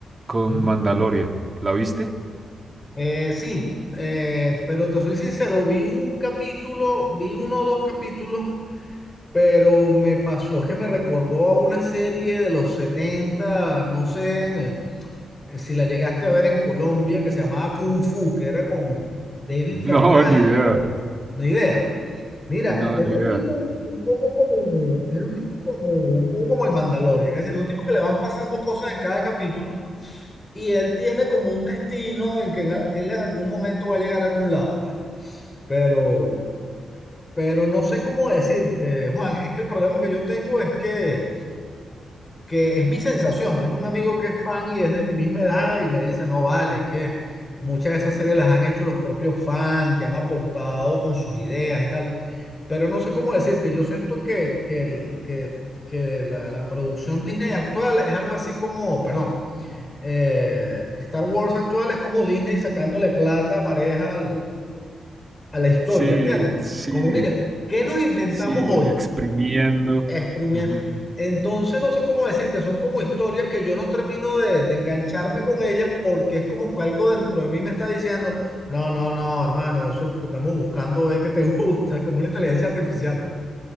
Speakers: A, on the right; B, on the left.
A: con
B: ujú.
A: Mandalorian. ¿La viste? <laughs>
B: Eh, sí, eh, pero te soy sincero, vi un capítulo, vi uno o dos capítulos pero me pasó que me recordó a una serie de los 70 no sé en, eh, eh, si la llegaste a ver en Colombia, que se llamaba Kung Fu, que era con David
A: No,
B: Carradine,
A: No, ni idea.
B: no idea. Mira,
A: No,
B: era
A: ni
B: un
A: idea.
B: tipo un, un poco como, era un tipo como, un poco como el Mandalorian, es decir, un tipo que le van pasando cosas en cada capítulo y él tiene como un destino en que en al- él en algún momento va a llegar a algún lado, pues. Pero, pero no sé cómo decirte, Juan, es que el problema que yo tengo es que que es mi sensación. Hay un amigo que es fan y es de mi misma edad y me dice, no vale, es que muchas de esas series las han hecho los propios fans, que han aportado con sus ideas y tal. Pero no sé cómo decirte, yo siento que, que, el- que, que la, la producción Disney actual es algo así como, perdón, eh, Star Wars actual es como Disney sacándole plata pareja al- a la historia,
A: Sí,
B: ¿entiendes?
A: sí,
B: Como, mira, ¿qué nos inventamos
A: sí,
B: hoy?
A: exprimiendo.
B: exprimir.
A: Ujú.
B: Entonces, no sé cómo decirte, son como historias que yo no termino de, de engancharme con ellas porque es como que algo dentro de mí me está diciendo, no, no, no, hermano, eso es porque estamos buscando ver qué te <laughs> gusta, como una inteligencia artificial, pues.